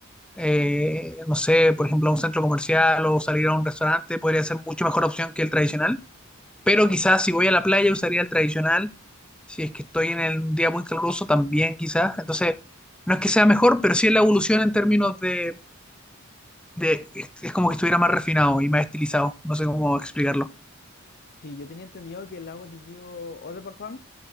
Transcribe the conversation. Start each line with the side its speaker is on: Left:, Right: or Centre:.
Centre: eh, no sé, por ejemplo a un centro comercial o salir a un restaurante podría ser mucho mejor opción que el tradicional. Pero quizás si voy a la playa usaría el tradicional. Si es que estoy en el- un día muy caluroso también quizás. Entonces, no es que sea mejor, pero sí es la evolución en términos de... de- es es como que estuviera más refinado y más estilizado. No sé cómo explicarlo.
Left: Sí, yo tenía entendido que el lago Digio Eau de Parfum